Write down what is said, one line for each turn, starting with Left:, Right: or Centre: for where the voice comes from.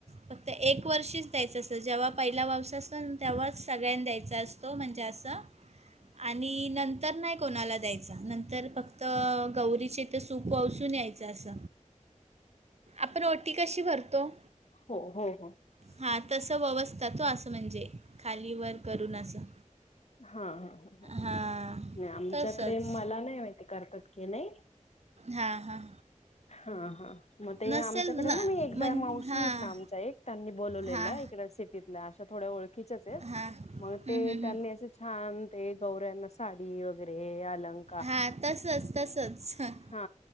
Right: फक्त एक वर्षीच द्यायचं असतं जेव्हा पहिला ववसा असतो तेव्हाच सगळ्यांना द्यायचा असतो. तो म्हणजे असं आणि नंतर नाही कोणाला द्यायचा नंतर फक्त गौरीचे ते सूप वसून यायचं अस आपण ओटी कशी भरतो
Left: हो हो हो.
Right: हा तसं ववस्था तो असं म्हणजे खाली वर करून असं
Left: हा हा
Right: हां
Left: ह आमच्याकडे
Right: तसंच
Left: मला नाही माहिती करतात की नाही.
Right: हां हां.
Left: हा हा मग ते
Right: नसेल
Left: आमच्याकडे ना मी एकदा
Right: म्हण
Left: मावशी
Right: हां
Left: आहेत ना एक त्यांनी बोलवलेलं
Right: हां
Left: ईकड शेतीतल अशा थोड्या ओळखीच्याच आहेत
Right: हां
Left: मग ते त्यांनी छान ते गौऱ्यांना साडी वगैरे अलं
Right: हा तसंच तसंच
Left: हा